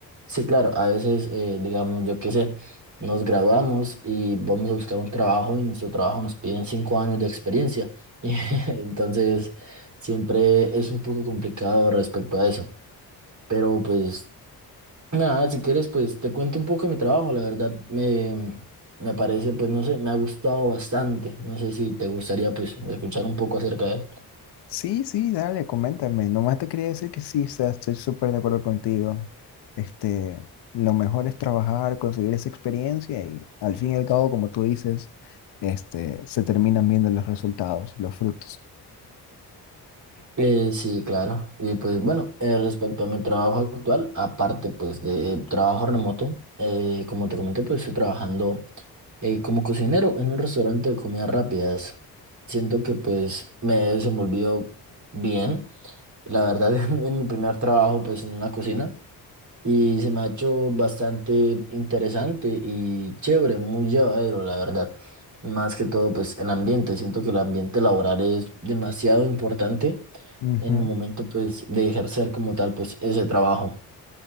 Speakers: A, on the right; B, on the left.
A: sí, claro, a veces eh, digamos, yo qué sé. Nos graduamos y vamos a buscar un trabajo y nuestro trabajo nos piden cinco años de experiencia. <laughs> Y entonces siempre es un poco complicado respecto a eso. Pero pues nada, si quieres pues te cuento un poco de mi trabajo. La verdad me, me parece pues no sé, me ha gustado bastante. No sé si te gustaría pues escuchar un poco acerca de él.
B: Sí, sí, dale, coméntame. Nomás te quería decir que sí, o sea, estoy súper de acuerdo contigo. Este, lo mejor es trabajar, conseguir esa experiencia y al fin y al cabo, como tú dices, este, se terminan viendo los resultados, los frutos.
A: Eh, sí, claro. Y pues bueno, eh, respecto a mi trabajo actual, aparte pues de eh, trabajo remoto, eh, como te comenté, pues estoy trabajando eh, como cocinero en un restaurante de comidas rápidas. Siento que pues me he desenvolvido bien. La verdad, <laughs> en mi primer trabajo pues en una cocina. Y se me ha hecho bastante interesante y chévere, muy llevadero, la verdad. Más que todo, pues el ambiente. Siento que el ambiente laboral es demasiado importante
B: Ujú.
A: en el momento, pues, de ejercer como tal, pues, ese trabajo.